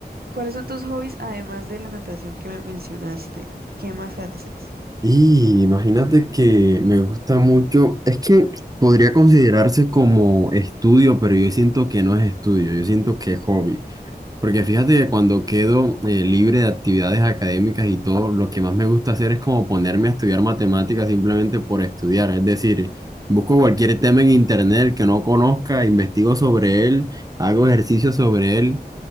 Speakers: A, on the right; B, on the right.
A: ¿cuáles son tus hobbies además de la natación que me mencionaste? ¿Qué más haces?
B: Y imagínate que me gusta mucho, es que podría considerarse como estudio, pero yo siento que no es estudio, yo siento que es hobby. Porque fíjate que cuando quedo eh, libre de actividades académicas y todo, lo que más me gusta hacer es como ponerme a estudiar matemáticas simplemente por estudiar. Es decir, busco cualquier tema en internet que no conozca, investigo sobre él, hago ejercicio sobre él